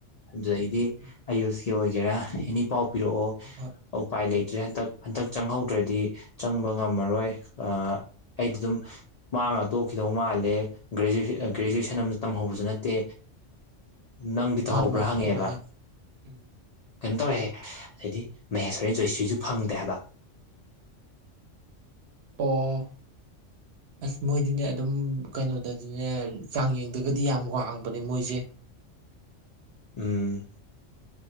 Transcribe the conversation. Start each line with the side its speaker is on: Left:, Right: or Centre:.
Left: ꯑꯗꯨꯗꯒꯤꯗꯤ
Right: ꯎꯝ
Left: ꯑꯌꯨꯁꯀꯤ ꯑꯣꯏꯒꯦꯔꯥ ꯑꯦꯅꯤ ꯄꯥꯎ ꯄꯤꯔꯛꯑꯣ
Right: ꯍꯣꯏ ꯍꯣꯏ
Left: ꯑꯧꯄꯥꯏ
Right: ꯎꯝ
Left: ꯂꯩꯇ꯭ꯔꯦ ꯍꯟꯗꯛ ꯍꯟꯗꯛ ꯆꯪꯍꯧꯗ꯭ꯔꯗꯤ ꯆꯪꯕ ꯉꯝꯃꯔꯣꯏ ꯑꯥ ꯑꯩꯗꯤ ꯗꯨꯝ ꯃꯥꯡꯉ ꯇꯣꯛꯈꯤ ꯗꯧ ꯃꯥꯜꯂꯦ ꯒ꯭ꯔꯦꯖꯨ ꯒ꯭ꯔꯦꯖꯨꯋꯦꯁꯟ ꯑꯝ ꯇꯝꯍꯧꯕꯁꯨ ꯅꯠꯇꯦ ꯅꯪꯗꯤ ꯇꯧꯍꯧꯕ꯭ꯔꯥ
Right: ꯃꯥꯅꯦ ꯃꯥꯅꯦ
Left: ꯍꯪꯉꯦꯕ
Right: ꯑꯗꯨꯃꯥꯏ ꯍꯥꯏ ꯎꯝ
Left: ꯀꯩꯝ ꯇꯧꯔꯦꯍꯦ ꯑꯗꯩꯗꯤ ꯃꯍꯦꯁꯣꯔꯤ ꯖꯣꯏꯁ꯭ꯔꯤꯁꯨ ꯐꯪꯗꯦ ꯍꯥꯏꯕ <inaudible>
Right: ꯑꯣ
Left: <inaudible>
Right: ꯑꯁ ꯃꯣꯏꯗꯤꯅꯦ ꯑꯗꯨꯝ ꯀꯩꯅꯣꯗꯗꯤꯅꯦ ꯆꯥꯡꯌꯦꯡꯗꯒꯗꯤ ꯌꯥꯝ ꯋꯥꯡꯕꯅꯦ ꯃꯣꯏꯁꯦ
Left: ꯎꯝ